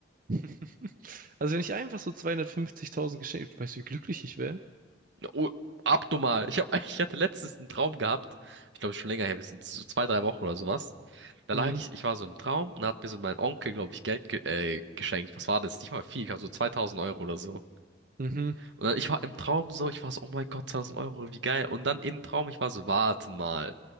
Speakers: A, on the right; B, on the right.
A: <laughs> Also wenn ich einfach so 250.000 geschenkt, weißt du, wie glücklich ich wäre?
B: Oh, abnormal. Ich hab, <laughs> ich hatte letztens einen Traum gehabt. Ich glaube, schon länger her, wir sind so zwei, drei Wochen oder sowas. Da
A: Mhm.
B: lag ich, ich war so im Traum und da hat mir so mein Onkel, glaube ich, Geld ge äh, geschenkt. Was war das? Nicht mal viel, ich glaub, so 2000 Euro oder so.
A: Mhm.
B: Und dann, ich war im Traum so, ich war so, oh mein Gott, 2000 Euro, wie geil. Und dann im Traum, ich war so, warte mal,